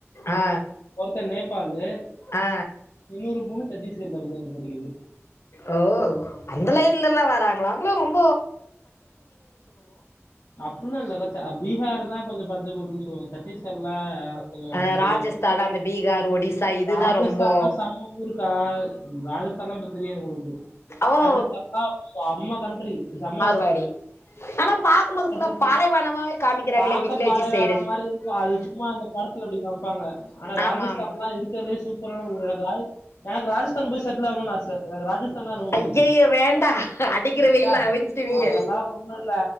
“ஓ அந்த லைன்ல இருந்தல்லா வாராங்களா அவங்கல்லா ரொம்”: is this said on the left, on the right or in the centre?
Left